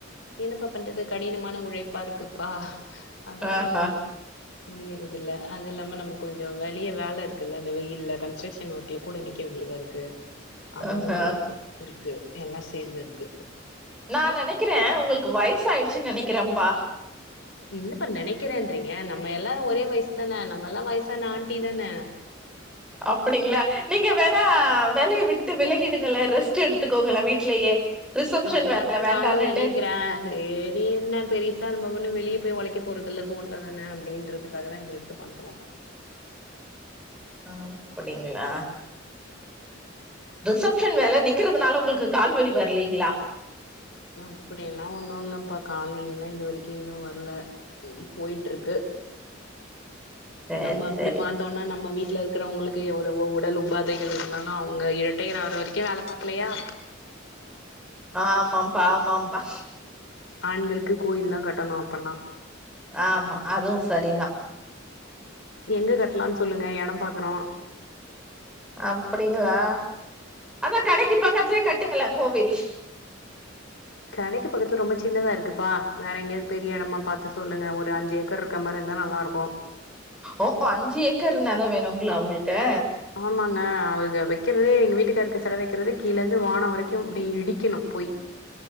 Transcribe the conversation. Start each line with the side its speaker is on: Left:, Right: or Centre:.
Left: என்னப்பா பண்றது கடினமான உழைப்பா இருக்குப்பா அதனால
Centre: ஆஹா
Left: முடியறதில்ல அது இல்லாம நமக் கொஞ்சோ வெளிய வேல இருக்குல்ல இந்த வெயில்ல கன்ஸ்ட்ரக்ஷன் ஒர்க்ல கூட நிக்க வேண்டியதா இருக்கு அதுவு
Centre: ஆஹா
Left: இருக்கு எல்லா சேந்திருக்கு
Centre: நா நெனைக்கிறே உங்களுக்கு வயசாயிடுச்சுன் நெனைக்கிறேம்பா
Left: என்னப்பா நெனைக்கிறேன்றீங்க நம்ம எல்லாரு ஒரே வயசுதான நம்ம எல்லா வய்சான ஆண்டி தானே
Centre: அப்டிங்களா நீங்க வேணா வேலைய விட்டு விலகிடுங்களே ரெஸ்ட் எடுத்துக்கோங்களே வீட்லேயே ரிசப்ஷன்
Left: அப்டிதான்ப்பா
Centre: வேலை வேண்டான்னுட்டு
Left: நானு நெனைக்கிறே சேரி என்ன பெரிசா நம்ம ஒண்ணு வெளியே போய் ஒழைக்க போறதில்ல ஃபோன்ல தான அப்டின்றதுக்காக தா இத எடுத்து பண்றோ
Centre: ஆ அப்டிங்ளா ரிசப்ஷன் வேல நிக்கறதுனால உங்களுக்கு கால் வலிவரலீங்ளா
Left: அப்படியெல்லா ஒன்னு இல்லப்பா கால்வலிலா இது வரைக்கு எது வரல போய்ட்ருக்கு
Centre: சரி
Left: நம்ம அப்டி
Centre: சரி.
Left: பா த்தோன்னா நம்ம வீட்ல இருக்கிறவங்களுக்கு எவ்வளவோ உடல் உபாதைகள் இருந்தாலு அவுங்க இரிட்டைர் ஆகற வரைக்கு வேல பாக்கலையா
Centre: ஆமாப்பா ஆமாம்பா
Left: ஆண்களுக்கு கோயில் தா கட்டணு அப்பன்னா
Centre: ஆமா அதுவு சரிதா
Left: எங்க கட்லான் சொல்லுங்க எடோ பாக்றோ
Centre: அப்படிங்களா அதா கடைக்கு பக்கத்லே கட்டுங்களே கோவில்
Left: கடைக்கு பக்கத்துல ரொம்ப சின்னதா இருக்குப்பா வேற எங்கயாவது பெரிய எடமா பாத்து சொல்லுங்க ஒ ரு அஞ்சு ஏக்கர் ருக்க மாரி இருந்தா நல்லாருக்கு
Centre: ஓ அஞ்சு ஏக்கர் நெலோ வேணுங்ளா உங்ளுக்கு
Left: ஆமாங்க அவுக வக்கிறதே எங்க வீட்டுக்காருக்கு செல வக்கறது கீழ இருந்து வானோ வரைக்கு அப்டி இடிக்கணு போய்